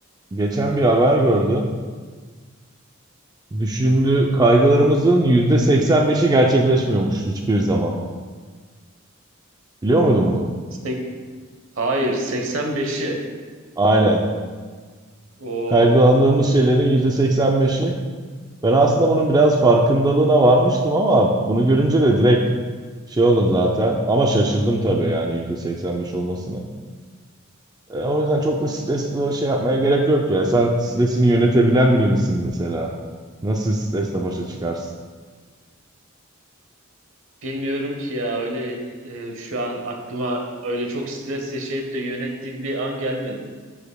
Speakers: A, on the right; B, on the right.
A: geçen bir haber gördüm. Düşündüğü kaygılarımızın %85'i gerçekleşmiyormuş hiçbir zaman. Biliyor muydun bunu?
B: Sek- Hayır 85'i.
A: Aynen.
B: Oo.
A: Kaygılandığımız şeylerin %85'i. Ben aslında bunun biraz farkındalığına varmıştım ama bunu görünce de direkt şey oldum zaten. Ama şaşırdım tabii yani %85 olmasına. E, o yüzden çok da stresli şey yapmaya gerek yok ya. Sen stresini yönetebilen biri misin mesela? Nasıl stresle başa çıkarsın?
B: Bilmiyorum ki ya öyle e, şu an aklıma öyle çok stres yaşayıp da yönettiğim bir an gelmedi.